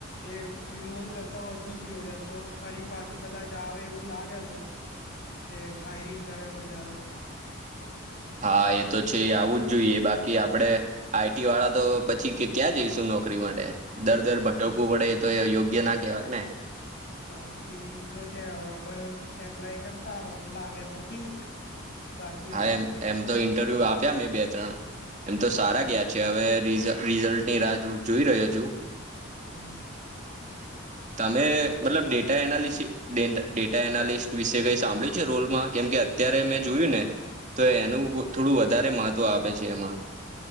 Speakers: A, on the left; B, on the right.
A: એ હ્યુમન કરતા વધી ગયો છે તો ફરી પાછું કદાચ આવે એવું લાગે છે કે હાઈરિંગ કરે બધાંના
B: હા એ તો છે આવું જ જોઈએ બાકી આપડે આઈટી વાળા તો પછી ક્યાં જઈશ નોકરી માટે દર દર ભટકવું પડે એ તો એ યોગ્ય ના કહેવાય ને
A: હ એ તો છે હવે પણ એપ્લાય કરતા રહો લાગે તો ઠીક બાકી
B: હા એમ એમ તો ઇન્ટરવ્યુ આપ્યા મેં બે ત્રણ એમ તો સારા
A: હ હ
B: ગયા છે હવે રિઝલ્ટ રીઝલ્ટની રાહ જોઈ રહ્યો છું
A: હ
B: તમે મતલબ data analysis data data analyst વિશે કઈ સાંભળ્યું છે રોલમાં કેમ કે અત્યારે મેં જોયું ને તો એનું થોડું વધારે મહત્ત્વ આપે છે એમાં